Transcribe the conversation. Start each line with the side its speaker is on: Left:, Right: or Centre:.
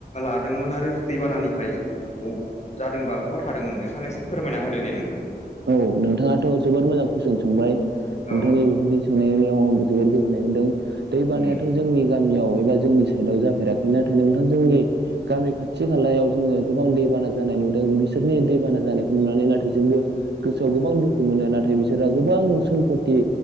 Left: लादोंमोन आरो दैबानानिफ्राय ब जादोंबा बहा थादोंमोन? नोंथां एसे फोरमायना होदो दे नोंथां।
Right: औ नोंथाङाथ' जोबोर मोजां कुइसन सोंबाय ।
Left: औ
Right: नोंथांनि बेफोरनि सोंनायनायाव आंबो जोबोर गोजोननाय मोनदों । दै बानायाथ'
Left: उम
Right: जोंनि गामियाव एबा जोंनि साइदआव जाफेराखै नाथाय नोंथां जोंनि गामि खाथि-खालायाव जोङो गोबां दैबाना जानाय नुदों बिसोरनि दैबाना जानायखौ नुनानै नाथाय जोंबो गोसोआव गोबां दुखु मोनो। नाथाय बिसोरहा गोबां सम्फथि